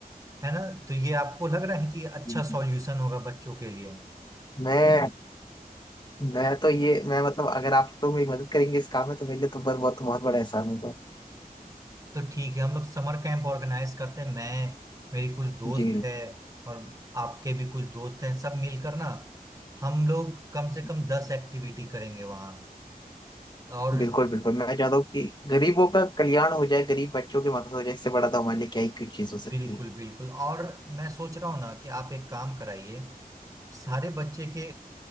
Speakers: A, on the right; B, on the left.
A: है ना तो ये आपको लग रहा है कि अच्छा
B: जी जी
A: सॉल्यूशन होगा बच्चों के लिए
B: मैं मैं तो ये मैं मतलब अगर आप लोग मेरी मदद करेंगे इस काम में तो मेरे लिए तो बहुत बहुत बहुत बड़ा एहसान होगा
A: तो ठीक है हम लोग समर कैंप ऑर्गेनाइज करते हैं मैं मेरी कुछ दोस्त
B: जी
A: है और आपके भी कुछ दोस्त हैं सब मिलकर ना हम लोग कम से
B: जी
A: कम दस एक्टिविटी करेंगे वहाँ और
B: बिल्कुल बिल्कुल मैं चाहता हूँ कि गरीबों का कल्याण हो जाए गरीब बच्चों की मदद हो जाए इससे बड़ा तो हमारे लिए क्या ही कुछ चीज हो सकती
A: बिल्कुल
B: है
A: बिल्कुल और मैं सोच रहा हूँ ना कि आप एक काम कराइए सारे बच्चे के